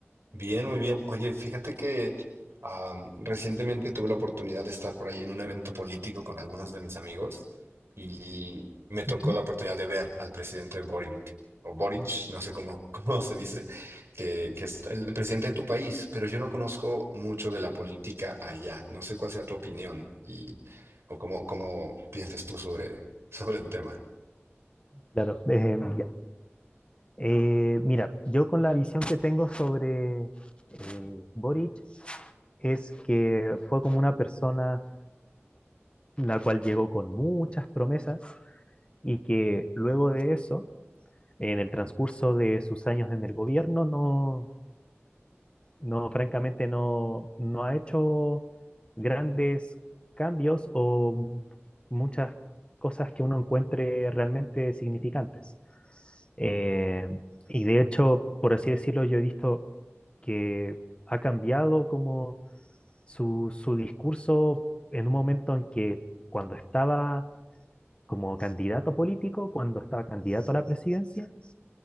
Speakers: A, on the right; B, on the left.
A: Bien, muy bien. Oye, fíjate que am, recientemente tuve la oportunidad de estar por ahí en un evento político con algunos de mis amigos y me tocó
B: Ujú.
A: la oportunidad de ver al presidente Boric, o Boric, no sé cómo, <laughs> cómo se dice, que, que es el presidente de tu país, pero yo no conozco mucho de la política allá. No sé cuál sea tu opinión y o cómo, cómo piensas tú sobre, sobre el tema.
B: Claro, eh, ya. Eh, mira, yo con la visión que tengo sobre eh, Boric es que fue como una persona la cual llegó con muchas promesas y que luego de eso, en el transcurso de sus años en el gobierno, no, No, francamente no, no ha hecho grandes cambios o muchas cosas que uno encuentre realmente significantes. Eh, y de hecho, por así decirlo, yo he visto que ha cambiado como su, su discurso en un momento en que cuando estaba como candidato político, cuando estaba candidato a la presidencia